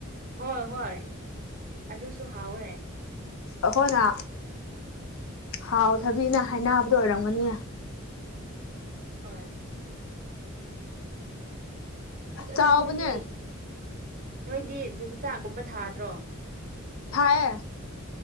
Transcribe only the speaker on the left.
ꯑꯈꯣꯏꯅ ꯍꯥꯎ ꯊꯕꯤꯅ ꯍꯥꯏꯅꯕꯗꯨ ꯑꯣꯏꯔꯝꯒꯅꯤꯌꯦ
ꯆꯥꯎꯕꯅꯦ
ꯊꯥꯌꯦ